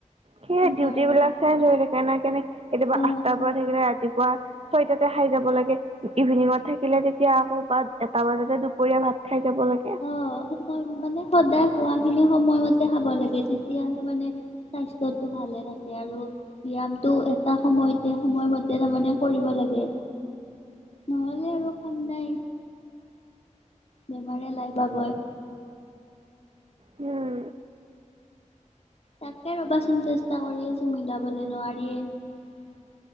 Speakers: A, on the right; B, on the left.
A: সেইয়াই
B: সেইকাৰণে
A: ডিউটি বিলাক চাই জৰি <inaudible> কেনে কেনে কেতিয়াবা
B: অ
A: আঠটাৰ পৰা থাকিলে ৰাতিপুৱা। ৰাতিপুৱা ছয়টাতে খাই যাব লাগে। ইভিনিঙত থাকিলে তেতিয়া আকৌ বা এটা বজাতে দুপৰীয়া ভাত খাই যাব লাগে।
B: অ' সময় মানে সদায় খোৱা খিনি সময়মতে খাব লাগে। তেতিয়া মানে স্বাস্থ্যটো ভালে ৰাখে। আৰু ব্যায়াম টো এটা সময়তে সময়মতে তাৰমানে কৰিব লাগে নহ'লে আৰু কাম নাই। বেমাৰে লাই পাবই।
A: উম।
B: তাকে ৰবাচোন চেষ্টা কৰি আছো মিলাবলে নোৱাৰিয়ে।